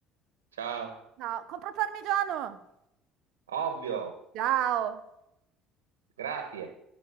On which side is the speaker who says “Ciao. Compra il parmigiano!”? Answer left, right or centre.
Right